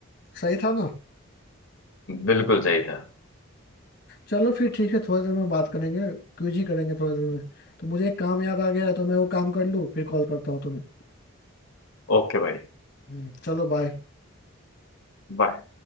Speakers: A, on the left; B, on the left.
A: सही था ना
B: बिल्कुल सही था
A: चलो फिर ठीक है थोड़ी देर में बात करेंगे क्यूजी करेंगे थोड़ी देर में तो मुझे एक काम याद आ गया है, तो मैं वो काम कर लूँ फिर कॉल करता हूँ तुम्हें
B: ओके भाई
A: हम्म, चलो बाय
B: बाय